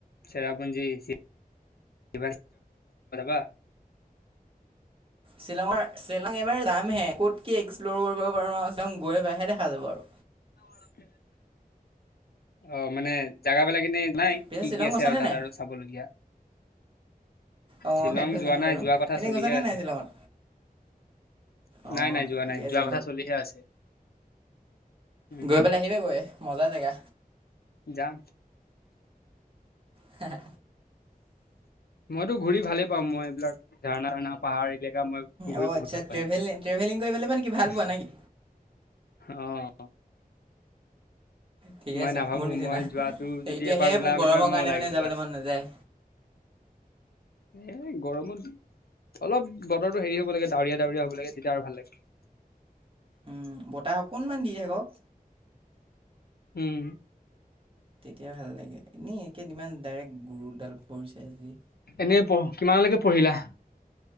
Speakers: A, on the left (about 85°); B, on the right (about 35°).
A: স আপুনি <unintelligible> উ অ <unintelligible>
B: শ্বিলঙৰ শ্বিলং এবাৰ দাম হে ক'ত কি এক এক্সপ্ কৰিব পাৰোঁ আৰু চাম গৈ পাইহে দেখা যাব আৰু
A: ে <inaudible> অ মানে জাগাবিলাক এনেই নাই
B: পিছে
A: কি
B: শ্বিলং
A: কি আছে
B: গৈছানে
A: আৰু তাত
B: নাই
A: আৰু চাবলগীয়া।
B: অঁ
A: শ্বিলং
B: সেইটো
A: যোৱা
B: জানো
A: নাই
B: বাৰু
A: যোৱা কথা
B: এনেই
A: চলিহে
B: গৈছানে
A: আছে।
B: নাই শ্বিলঙত অঁ
A: নাই নাই যোৱা
B: ঠিকে
A: নাই
B: আছে
A: যোৱা কথা চলিহে আছে। উম,
B: গৈ পেলাই আহিব গৈ মজা জেগা।
A: যাম।
B: হ <inaudible>
A: মইতো ঘূৰি ভালে পাম মই এইবিলাক ঝাৰণা ঝাৰণা পাহাৰ বলেকা মই ঘূৰি
B: অঁ
A: বহুত
B: আচ্ছা
A: ভাল
B: ট্ৰেভেলিং
A: পাওঁ সেইবিলাক।
B: ট্ৰেভেলিং কৰিবলৈ মানে কি ভাল পোৱা নেকি
A: আহ
B: ঠিকে
A: মই
B: আছে
A: নাভাবো
B: মোৰ নিচিনা
A: মই যোৱাাতটো যদি
B: এতিয়াহে
A: এবাৰ ওলা
B: মোৰ গৰমৰ
A: বুলি ভাব মই
B: কাৰণে
A: ওলাই
B: মানে
A: গলো
B: যাবলৈ
A: আৰু।
B: মন নাযায়
A: এ গৰমত। অলপ বতৰটো হেৰি হ'ব লাগে ডাৱৰীয়া ডাৱৰীয়া হব লাগে তেতিয়া আৰু ভাল লাগে।
B: উম বতাহ অকণমান দি থাকক
A: উম
B: তেতিয়া ভাল লাগে, এনেই একেইদিন ইমান ডাইৰেক্ট গুৰুডাল পৰিছে আজি।
A: এনেই পঢ় কিমানলৈকে পঢ়িলা?